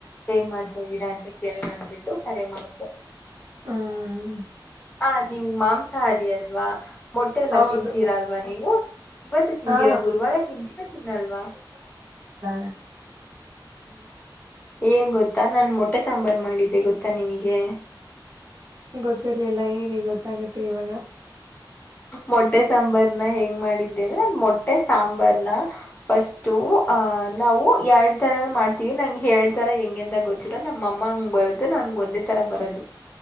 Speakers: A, on the left (about 20°); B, on the right (about 45°).
A: ಏನ್ ಮಾಡ್ತಾ ಇದ್ದೀರಾ ಅಂತ ಕೇಳಂದಬಿಟ್ಟು ಕರೆ ಮಾಡ್ದೆ
B: ಹ್ಮ್
A: ಆ ನೀವು ಮಾಂಸಾಹಾರಿ ಅಲ್ವಾ ಮೊಟ್ಟೆ ಎಲ್ಲ
B: ಹೌದು
A: ತಿಂತೀರಾ ಅಲ್ವಾ ನೀವು ಇವತ್ತು ತಿಂತೀರಾ
B: ಹಾ
A: ಗುರುವಾರ ತಿಂತೀರಾ ತಿನ್ನಲ್ವಾ
B: ಹ್ಮ
A: ಹ್ಮ್ ಏನ್ ಗೊತ್ತಾ ನಾನ್ ಮೊಟ್ಟೆ ಸಾಂಬಾರ್ ಮಾಡಿದ್ದೆ ಗೊತ್ತಾ ನಿಮಗೆ
B: ಗೊತ್ತಿರ್ಲಿಲ್ಲ ಹೇಳಿ ಗೊತ್ತಾಗುತ್ತೆ ಇವಾಗ
A: ಮೊಟ್ಟೆ ಸಾಂಬಾರ್ನ ಹೆಂಗ್ ಮಾಡಿದ್ದೆ ಅಂದ್ರೆ ಅ ಮೊಟ್ಟೆ ಸಾಂಬಾರ್ನ ಫಿರ್ಸ್ಟ್ ಅಹ್ ನಾವು ಎರಡ್ ತರನ ಮಾಡ್ತೀವಿ ನಂಗೆ ಎರಡ್ ತರ ಹೆಂಗಗೆ ಅಂತ ಗೊತ್ತಿರ ನಮ್ಮ ಅಮ್ಮ ಹಂಗ್ ಬರುತ್ತೆ ನನ್ಗೆ ಒಂದೇ ತರ ಬರದು